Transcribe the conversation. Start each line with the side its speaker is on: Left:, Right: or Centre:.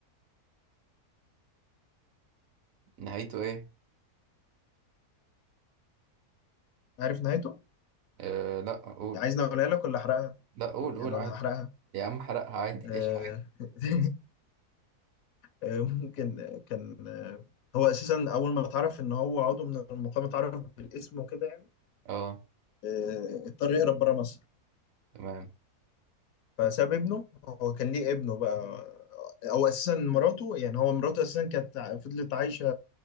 Right: نهايته ايه
Left: عارف نهايته؟
Right: آه لا قول
Left: عايزني أقولها لك ولا أحرقها؟
Right: لا قول
Left: يعني
Right: قول
Left: ولا
Right: عادي
Left: هحرقها؟
Right: يا عم حرقها عادي
Left: آه
Right: ايش حرقها
Left: <laughs> آه، ممكن آه، كان آه، هو أساسا أول ما اتعرف إن هو عضو من المقاومة اتعرف بالاسم وكده يعني.
Right: اه
Left: آه، اضطر يهرب بره مصر
Right: تمام
Left: فساب ابنه هو كان ليه ابنه بقى او اساسا مراته يعني هو مراته اساسا كانت ع- فضلت عايشه